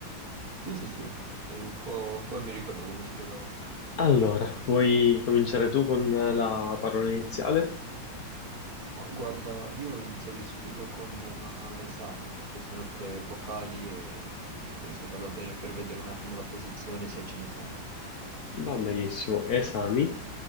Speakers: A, on the right; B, on the left.
A: Sì, sì, sì, sì, un po', un po' mi ricordo come si giocava.
B: Allora, vuoi cominciare tu con la parola iniziale?
A: Ma guarda, io inizierei subito con eh, esami perché sono tre vocali e appunto penso che vada bene per vedere un attimo la posizione se ce ne sono.
B: Va benissimo, esami.